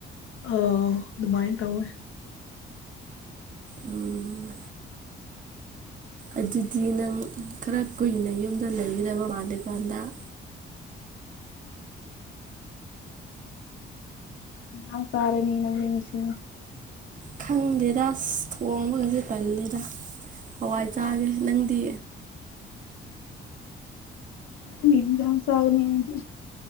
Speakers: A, on the left (about 80°); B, on the right (about 40°).
A: ꯑꯣ ꯗꯨꯃꯥꯏ ꯇꯧꯋꯦ
B: ꯎꯝ ꯑꯗꯨꯗꯤ ꯅꯪ ꯈꯔ ꯀꯨꯏꯅ ꯌꯨꯝꯗ ꯂꯩꯒꯗꯕ ꯃꯥꯜꯂꯦꯀꯣ ꯍꯟꯗꯛ
A: ꯑ ꯆꯥꯔꯅꯤ ꯅꯃꯦꯡ ꯉꯁꯤ
B: ꯈꯪꯗꯦꯗ ꯑꯁ ꯊꯣꯡꯕꯒꯁꯦ ꯇꯜꯂꯦꯗ ꯍꯋꯥꯏ ꯆꯥꯒꯦ ꯅꯪꯗꯤ
A: ꯃꯤ ꯍꯤꯟꯖꯥꯡ ꯆꯥꯒꯅꯤ ꯑꯩꯗꯤ